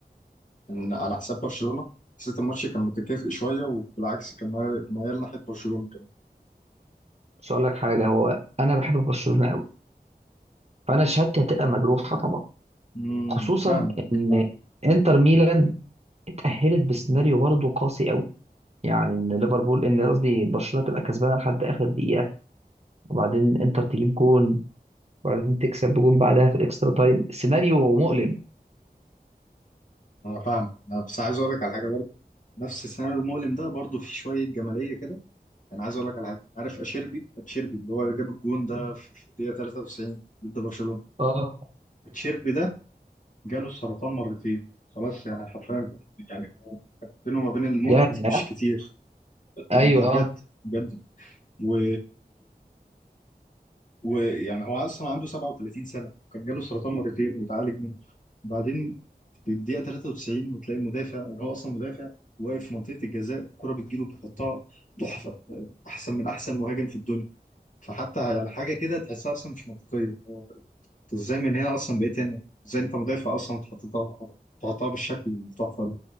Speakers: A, on the left; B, on the right.
A: يعني على حساب برشلونه حسيت الماتش كان متكافئ شويه وبالعكس كان مايل مايل ناحيه برشلونه كمان
B: بس اقول لك حاجه هو انا بحب برشلونه قوي فانا شهادتي هتبقى مجروحه طبعا
A: امم
B: خصوصا
A: فاهمك
B: ان
A: فاهم
B: انتر ميلان اتاهلت بسيناريو برضه قاسي قوي يعني ان ليفربول ان قصدي برشلونه تبقى كسبانه لحد اخر دقيقه وبعدين انتر تجيب جون وبعدين تكسب بجون بعدها في الاكسترا تايم سيناريو مؤلم
A: انا فاهم انا بس عايز اقول لك على حاجه برضه نفس السيناريو المؤلم ده برضه في شويه جماليه كده انا عايز اقول لك على حاجه عارف اشيربي اتشيربي اللي هو جاب الجون ده في في الدقيقه 93 ضد برشلونه
B: اه
A: اتشيربي ده جاله السرطان مرتين خلاص يعني حرفيا يعني بينه وما بين الموت
B: يعني
A: مش كتير ده
B: ايوه
A: بجد
B: اه
A: بجد و... ويعني هو اصلا عنده 37 سنه كان جاله سرطان مرتين وتعالج منه بعدين في الدقيقه 93 وتلاقي المدافع يعني هو اصلا مدافع واقف في منطقه الجزاء الكره بتجيله بيحطها تحفه احسن من احسن مهاجم في الدنيا فحتى يعني حاجه كده تحسها اصلا مش منطقيه هو انت ازاي من هنا اصلا بقيت هنا ازاي انت مدافع اصلا وتحطها تحطها بالشكل التحفه